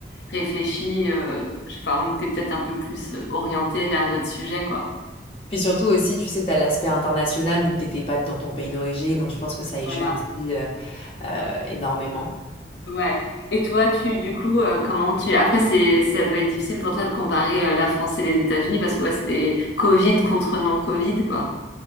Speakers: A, on the left (about 70°); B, on the left (about 30°).
A: réfléchi, euh, je sais pas, on était peut-être un peu plus euh, orienté vers notre sujet, quoi.
B: Puis surtout aussi, tu sais, tu as l'aspect international, tu n'étais pas dans ton pays d'origine, donc je pense que ça y
A: Voilà.
B: joue aussi euh, euh, énormément.
A: Ouais. Et toi, tu, du coup, euh, comment tu... Après, c'est, ça doit être difficile pour toi de comparer euh, la France et les États-Unis parce que ouais, c'était Covid contre non-Covid, quoi.